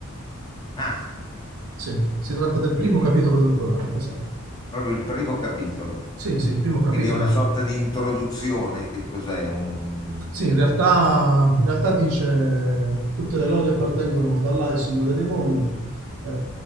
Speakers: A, on the left; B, on the right.
A: Ah,
B: sì, si tratta del primo
A: e-
B: capitolo
A: e-
B: del Corano, esatto.
A: proprio il primo capitolo.
B: Sì, sì, il primo capitolo
A: Quindi è una sorta di introduzione, che cos'è? Un...
B: Sì, in realtà, in realtà dice tutte le lodi appartengono ad Allah, il Signore dei mondi, eh,